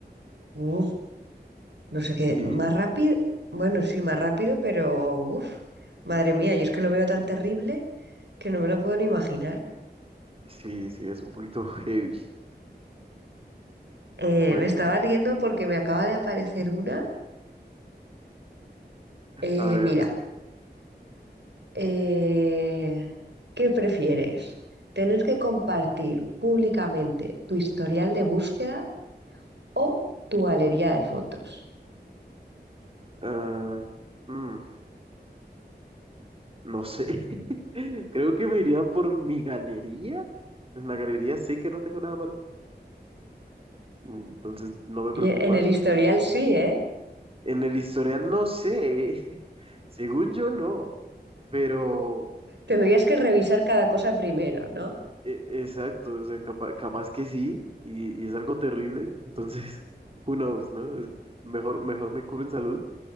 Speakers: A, on the right (about 85°); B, on the right (about 35°).
A: Uf, no sé qué.
B: Y,
A: Más
B: y-
A: rápido. Bueno, sí, más rápido, pero uf. Madre mía, yo es que lo veo tan terrible que no me lo puedo ni imaginar.
B: sí, sí, es un poquito <laughs> heavy.
A: Eh,
B: Bueno,
A: me estaba riendo porque me acaba de aparecer una. Eh,
B: a ver,
A: mira,
B: de-
A: eh, ¿qué prefieres? ¿Tener que compartir públicamente tu historial de búsqueda o tu galería de fotos?
B: ah, mm, no sé. <laughs> Creo que me iría por mi galería. En la galería sé que no tengo nada malo, entonces no me
A: Y
B: preocupa.
A: e, en el historial sí, ¿eh?
B: En el historial no sé, <laughs> según yo no, pero
A: Tendrías que revisar cada cosa primero, ¿no?
B: e- exacto, o sea, capa- capaz, que sí, y, y es algo terrible, entonces, <laughs> who knows, ¿no? Es Mejor, mejor me curo en salud